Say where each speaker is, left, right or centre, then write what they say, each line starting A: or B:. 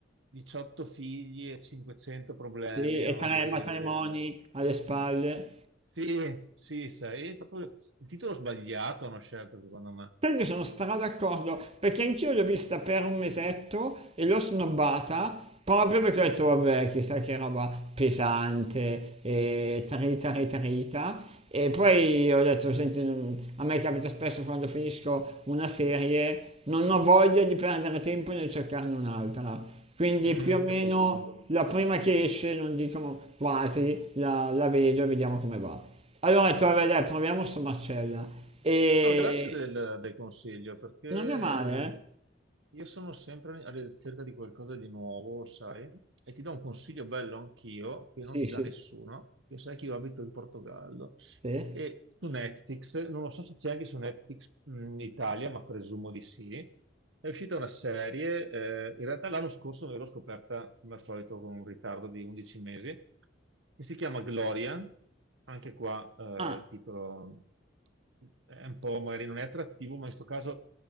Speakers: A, on the right; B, on the right.
A: 18 figli e 500 problemi,
B: sì, e
A: non
B: tre
A: ho voglia
B: matrimoni
A: di vederla.
B: alle spalle.
A: Sì, sì, sai, è proprio il titolo sbagliato hanno scelto, secondo me.
B: Sai che sono stra d'accordo, perché anch'io l'ho vista per un mesetto e l'ho snobbata proprio perché ho detto, vabbè, chissà che roba pesante e trita, trita, trita. E poi ho detto, senti, non- a me capita spesso quando finisco una serie, non ho voglia di perdere tempo nel cercarne un'altra. Quindi
A: Mm,
B: più o
A: capisco.
B: meno la prima che esce, non dico quasi, la, la vedo e vediamo come va. Allora ho detto, vabbè, dai, proviamo sto Marcella. E
A: No, grazie del, del consiglio perché
B: non è male, eh?
A: io sono sempre alla ricerca di qualcosa di nuovo, sai, e ti do un consiglio bello anch'io che
B: Sì,
A: non ti
B: sì.
A: dà nessuno, perché sai che io abito in Portogallo
B: Sì?
A: e su Netflix, non lo so se c'è anche su Netflix in Italia, ma presumo di sì, è uscita una serie, eh, in realtà l'anno scorso me l'ho scoperta come al solito con un ritardo di 11 mesi, che si chiama Gloria, anche qua eh,
B: Ah,
A: il titolo è un po', magari non è attrattivo, ma in questo caso